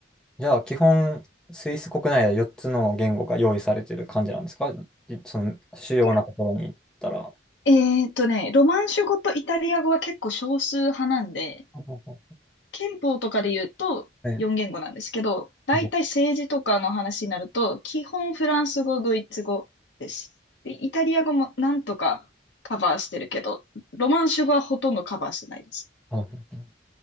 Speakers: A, in the centre; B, on the left.
A: じゃあ、基本、スイス国内で4つの言語が用意されてる感じなんですかいその、主要なところに行ったら。
B: いや、えーっとね、ロマンシュ語とイタリア語は結構少数派なんで、
A: ほうほうほ
B: 憲法とかで言うと4言語なんですけど、
A: うね
B: 大体政治とかの話になると、
A: うん。
B: 基本フランス語、ドイツ語です。で、イタリア語もなんとかカバーしてるけど、ロマンシュ語はほとんどカバーしてないです。
A: はい